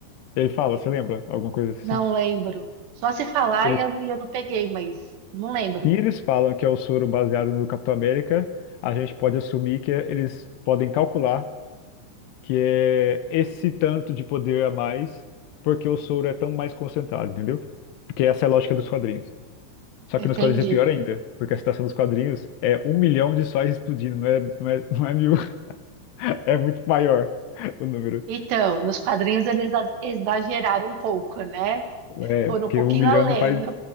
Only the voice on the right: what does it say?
Não lembro. Só se falar
e eu, e eu não peguei, mas não lembro.
Entendi.
Então, nos quadrinhos eles a- exageraram um pouco, né?
Foram
um pouquinho
além.
né?